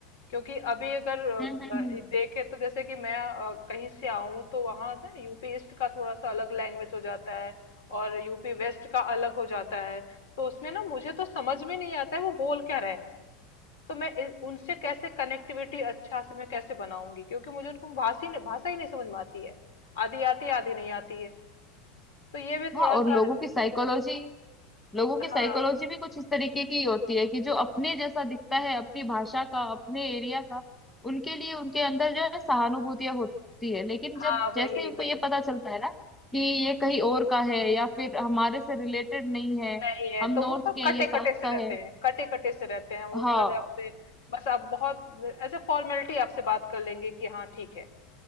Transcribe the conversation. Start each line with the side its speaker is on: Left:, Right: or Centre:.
Left: क्योंकि अभी अगर अ,
Centre: हम्म हम्म हम्म
Left: देखे तो जैसे कि मैं अ, कहीं से आऊं तो वहां ना यूपी ईस्ट का थोड़ा सा अलग लैंग्वेज हो जाता है और यूपी वेस्ट का अलग हो जाता है तो उसमें ना मुझे तो समझ में नहीं आता है वो बोल क्या रहे हैं तो मैं इ- उनसे कैसे कनेक्टिविटी अच्छा से मैं कैसे बनाऊंगी क्योंकि मुझे उनको भाषा ही नहीं भाषा ही नहीं समझ में आती है आधी आती है आधी नहीं आती है तो ये भी
Centre: हाँ
Left: थोड़ा
Centre: और लोगों
Left: सा
Centre: की साइकोलॉजी लोगों की
Left: हाँ
Centre: साइकोलॉजी भी कुछ इस तरीके की होती है कि जो अपने जैसा दिखता है अपनी भाषा का अपने एरिया का उनके लिए उनके अंदर जो है सहानुभूतियां होती है लेकिन
Left: हाँ
Centre: जब जैसे
Left: वही
Centre: ही उनको
Left: वही
Centre: ये पता चलता है ना कि ये कहीं और का है या फिर हमारे से रिलेटेड नहीं है
Left: नहीं है
Centre: हम नॉर्थ
Left: तो वो तो
Centre: के हैं
Left: कटे
Centre: ये साउथ
Left: कटे से
Centre: का
Left: रहते
Centre: है
Left: हैं कटे कटे से रहते हैं वो
Centre: हाँ
Left: ज्यादा आपसे बस आप बहुत एज ए फॉर्मेलिटी आपसे बात कर लेंगे कि हाँ ठीक है